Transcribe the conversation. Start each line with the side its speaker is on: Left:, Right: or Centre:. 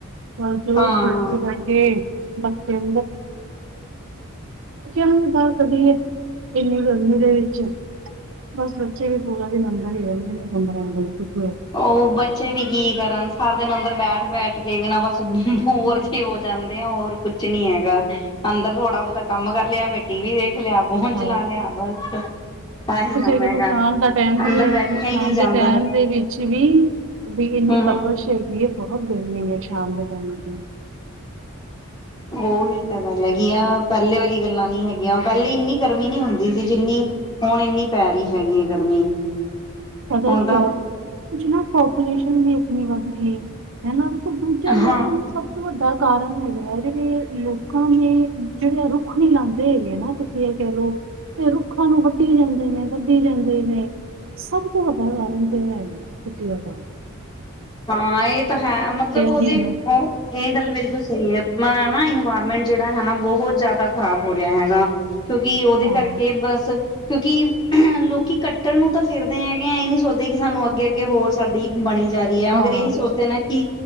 Right: <inaudible> ਦਿਨੇ
Left: ਹਾਂ
Right: -ਦਿਨੇ ਆਂਦੇ। ਬੱਚਿਆਂ ਨੂੰ ਬਾਰ ਕੱਢੀਏ। ਇੰਨੀ ਗਰਮੀ ਦੇ ਵਿੱਚ, ਬਸ ਬੱਚੇ ਵੀ ਪੂਰਾ ਦਿਨ ਅੰਦਰ ਹੀ ਰਹਿੰਦੇ ਨੇ, <inaudible> ਬਿਲਕੁਲ
Left: ਉਹੀ, ਬੱਚੇ ਵੀ ਕੀ ਕਰਨ ਸਰ ਦਿਨ ਅੰਦਰ ਬੈਠ ਬੈਠ ਕੇ ਵੀ ਨਾ ਬਸ ਹੂੰ ਹੋਰ ਜੀ ਹੋਰ ਜਾਂਦੇ ਆ ਹੋਰ ਕੁਛ ਨੀ ਹੈਗਾ, ਅੰਦਰ ਥੋੜਾ ਬਹੁਤਾ ਕੰਮ ਕਰ ਲਿਆ ਫਿਰ ਟੀ ਵੀ ਦੇਖ ਖ ਲਿਆ ਹੁਣ
Right: ਹਾਂ
Left: ਚਲਾਣੇ ਆ ਬਸ ਆਹੀ
Right: ਤੁਸੀਂ
Left: ਕੰਮ ਹੈਗਾ
Right: ਕਹਿ ਲੋ ਸ਼ਾਮ ਦਾ ਟੈਮ
Left: ਅੰਦਰ
Right: ਵੀ ਹੈਗਾ
Left: ਬੈਠਿਆ
Right: ਨਾ,
Left: ਹੀ
Right: ਸ਼ਾਮ
Left: ਨਹੀਂ ਜਾਂਦਾ
Right: ਦੇ ਟੈਮ
Left: ਹੈ
Right: ਦੇ ਵਿੱਚ ਵੀਂ, ਵੀ ਇੰਨੀ
Left: ਹੂੰ।
Right: ਤਬ ਸ਼ੇਕਦੀ ਹੈ, ਬਹੁਤ ਗਰਮੀ ਹੈ ਸ਼ਾਮ ਦੇ ਟਾਈਮ ਵਿਚ
Left: ਉਹੀ, ਗੱਲ ਹੈਗੀ ਆ, ਪਹਿਲੇ ਵਾਲੀ ਗੱਲਾਂ ਨੀ ਹੈਗੀਆਂ, ਪਹਿਲੇ ਇੰਨੀ ਗਰਮੀ ਨੀ ਹੁੰਦੀ ਸੀ ਜਿੰਨੀ ਹੁਣ ਇੰਨੀ ਪੈ ਰਹੀ ਹੈਗੀ ਹੈ ਗਰਮੀ
Right: ਪਤਾ
Left: ਹੁਣ ਤਾਂ
Right: ਕਿ ਆ ਨਾ ਕੁਛ ਨਾ ਪਾਪੂਲੇਸ਼ਨ ਵੀ ਏਨੀ ਵੱਧ ਗਈ, ਹੈਨਾ, ਦੂਜਾ, ਮੈਂ
Left: ਹਾਂ
Right: ਜਿੰਨੀ ਸਭ ਤੋਂ ਵੱਡਾ ਕਾਰਨ ਹੈਗਾ ਹੈ ਜਿਹੜੇ, ਲੋਕਾਂ ਨੇ, ਜਿਹੜੇ ਆ ਰੁੱਖ ਨੀ ਲਾਉਂਦੇ ਹੈਗੇ ਨਾ ਤੁਸੀਂ ਇਹ ਕਹਿ ਲਓ ਤੇ ਰੁੱਖਾਂ ਨੂੰ ਵੱਢੀ ਜਾਂਦੇ ਨੇ, ਵੱਢੀ ਜਾਂਦੇ ਨੇ, ਸਭ ਤੋਂ ਵੱਡਾ ਕਾਰਨ ਤੇ ਹੈ ਖੁਸ਼ੀ ਦਾ ਪਲ-
Left: ਹਾਂ, ਇਹ ਤਾਂ ਹੈ ਮਤਲਬ ਉਹਦੇ,
Right: ਚੀਜ਼ ਨੂੰ
Left: ਉਹ ਇਹ ਗੱਲ ਬਿਲਕੁਲ ਸਹੀ ਹੈ ਮਨਾ ਇਨਵਾਇਰਮੈਂਟ ਜਿਹੜਾ ਹੈ ਨਾ, ਬਹੁਤ ਜ਼ਿਆਦਾ ਖਰਾਬ ਹੋ ਰਿਹਾ ਹੈਗਾ, ਕਿਉਂਕਿ ਉਹਦੇ
Right: ਹਾਂ
Left: ਕਰਕੇ ਬਸ ਕਿਉਂਕਿ <unintelligible> ਲੋਕੀ ਕੱਟਣ ਨੂੰ ਤਾਂ ਫਿਰਦੇ ਹੈਗੇ ਆ ਇਹ ਨੀ ਸੋਚਦੇ ਕੀ ਸਾਨੂੰ ਅੱਗੇ- ਅੱਗੇ ਹੋਰ ਸਾਡੀ ਬਣੀ ਜਾਏ। ਮਗਰ
Right: ਹਾਂ
Left: <inaudible> ਇਹ ਨੀ ਸੋਚਦੇ ਨਾ ਕਿ